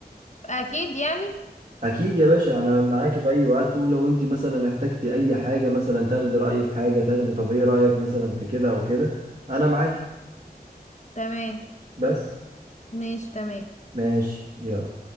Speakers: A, on the left; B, on the right.
A: أكيد يعني
B: اكيد يا باشا انا معاكي في اي وقت ولو انت مثلا احتجتي اي حاجة مثلا تاخدي رأيي في حاجة تاخدي طب ايه رأيك مثلا في كده او كده انا معاكي
A: تمام
B: بس
A: ماشي تمام
B: ماشي يلا